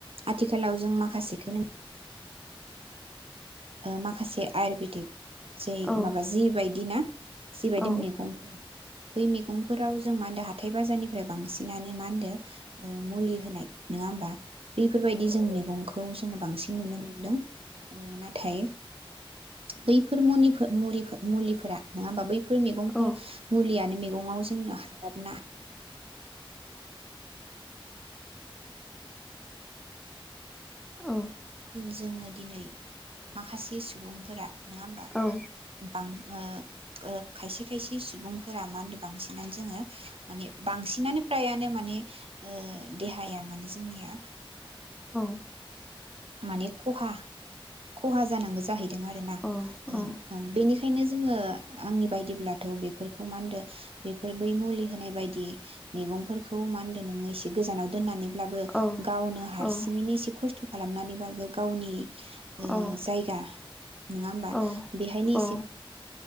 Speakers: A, on the right; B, in the centre.
A: आथिखालाव जों माखासेखौ नों माखासे आयुरवेदिक जै
B: औ
A: माबा जि बायदि ना जिबायदि
B: औ
A: मैगं बै मैगंफोराव जों मा होनदों हाथाइ बाजारनिफ्राय बांसिनानो मा होनो मुलि होनाय नङा होमबा? बेफोरबायदि जों मैगंखौ खौ जोङो बांसिन नुनो मोनदों ओ नाथ थाय बैफोर मुनिफो-मुलिफो-मुलिफोरा नङा होमबा बै फोर मैगंफोर
B: औ
A: मुलियानो मे न'आव जोंनियाव हाबाबना
B: औ।
A: जोंङो दिनै माखासे सुबुंफोरा नङा होमबा
B: औ
A: बां ओ ओ खायसे खायसे इ सुबुंफोरा मा होनदों बांसिनानो जोङो माने बांसिनानो फ्रायानो माने ओ देहाया माने जोंनिया
B: औ
A: माने खहा खहा जानांगौ जाहैदों आरो ना
B: औ
A: ओ
B: औ
A: ओं बेनिख बेखायनो जोङो आंनि बायदिब्लाथ बेफोरखौ मा होनदों बेफोर बै मुलि होनाय बायदि मैगंफोरखौ मा होनदो नोङो एसे गोजानाव दोननानै ब्लाबो
B: औ
A: गावनो हारसिंयैनि
B: औ
A: एसे खस्थ खालामनानैबाबो गावनि ओ
B: औ
A: जायगा नङा होमबा
B: औ
A: बेहायनो एसे